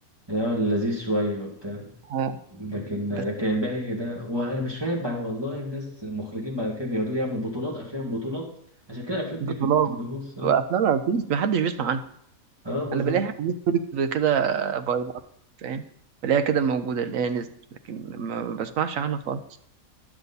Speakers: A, on the right; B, on the right.
A: اه لذيذ شوية وبتاع
B: آه،
A: لكن لكن
B: بس
A: الباقي ده وانا مش فاهم بعد والله الناس المخرجين بعد كده بيقعدوا يعملوا بطولات افلام بطولات عشان كده الافلام
B: بطولات
A: دي بت- بتبوظ
B: وافلام
A: اه
B: ما فيش محدش بيسمع عنها
A: اه والله
B: انا بلاقيها على نتفليكس كده بايلات فاهم بلاقيها كده موجوده اللي هي نزلت لكن ما بسمعش عنها خالص